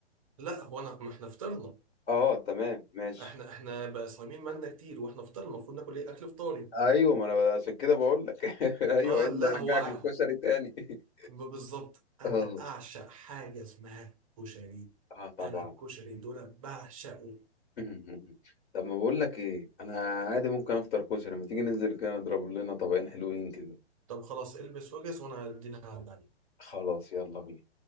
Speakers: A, on the right; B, on the left.
A: لا هو انا ما احنا فطرنا
B: اه تمام ماشي
A: احنا احنا بقى صايمين مالنا كتير واحنا فطرنا المفروض ناكل ايه اكل فطاري
B: ايوه ما انا عشان كده بقول لك <laughs> ايوه
A: اه
B: ايه اللي
A: لا
B: رجعك
A: هو ع-
B: للكشري تاني <laughs>
A: ب- بالظبط انا
B: اه
A: اعشق حاجه اسمها كشري
B: اه طبعا
A: انا الكشري دول بعشقه
B: <laughs> طب ما بقول لك ايه انا عادي ممكن افطر كشري ما تيجي ننزل كده نضرب لنا طبقين حلوين كده
A: طب خلاص البس وجز وانا هدينا على
B: خلاص يلا بينا